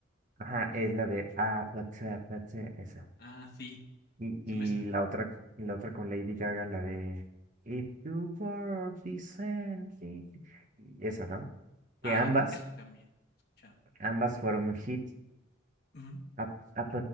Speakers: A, on the right (about 40°); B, on the left (about 50°).
A: ajá, es la de Ah, Platzi, Platzi, esa.
B: Ah, sí,
A: Y,
B: sí
A: y
B: me suena.
A: la otra, y la otra con Lady Gaga, la de If the world is ending, y esa, ¿no? Que
B: Ah,
A: ambas,
B: creo que esa también he escuchado.
A: ambas fueron un hit.
B: Ujú,
A: Ah, Ah,